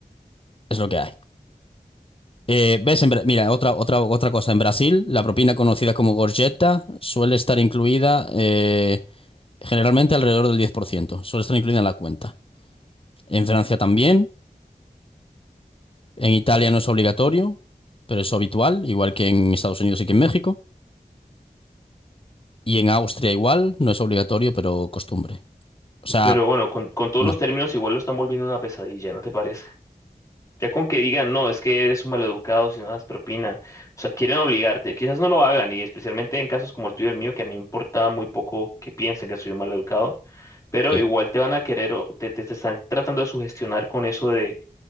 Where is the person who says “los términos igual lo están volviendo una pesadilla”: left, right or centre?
Left